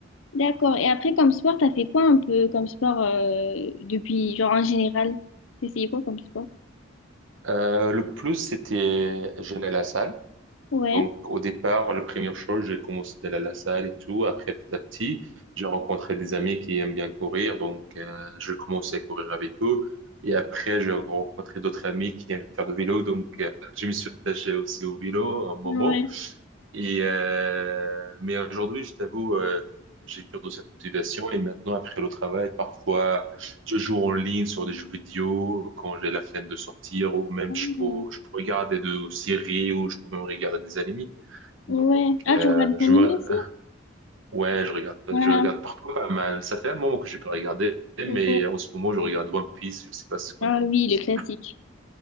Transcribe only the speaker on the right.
Euh, le plus, c'était, j'allais à la salle.
Donc, au départ, la première chose, j'ai commencé d'aller à la salle et tout. Après, petit à petit, j'ai rencontré des amis qui aiment bien courir. Donc, euh, je commençais à courir avec eux. Et après, j'ai rencontré d'autres amis qui aiment faire du vélo. Donc, euh, je me suis attaché aussi au vélo un moment.
Et, euh, mais aujourd'hui, je t'avoue, euh, j'ai perdu cette motivation. Et maintenant, après le travail, parfois, je joue en ligne sur des jeux vidéo quand j'ai la flemme de sortir ou même
je peux, je peux regarder des séries ou je peux même regarder des animés.
Donc,
euh,
je
me,
ouais, je regarde,
je regarde parfois pas mal. Ça fait un moment que je peux regarder mais
en ce moment, je regarde One Piece. Je sais pas si tu connais
One
Piece.